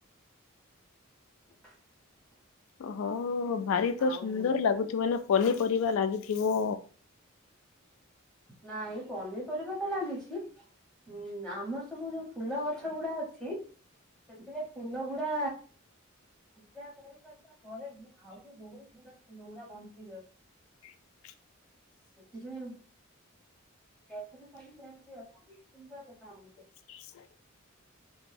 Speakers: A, in the centre; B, on the left.
A: <inaudible>
B: ଓହୋ ଭାରି ତ
A: ଆଉ
B: ସୁନ୍ଦର ଲାଗୁଥିବ ନା ପନିପରିବା ଲାଗିଥିବ।
A: ନାଇଁ ପନିପରିବା ତ ଲାଗିଛି ଉଁ ଆମର ସବୁ ଯୋଉ। ଫୁଲ ଗଛ ଗୁଡା ଅଛି ସେଥିରେ ଫୁଲ ଗୁଡା। ପୂଜା କରିସାରିଲା ପରେ ବି ଆହୁରି ବହୁତ ଗୁଡ଼ା ଫୁଲ ଗୁରା ବଞ୍ଚି ଯାଉ
B: <inaudible>
A: ରଖିଛୁ। <unintelligible>
B: କି ଶାଢ଼ୀ।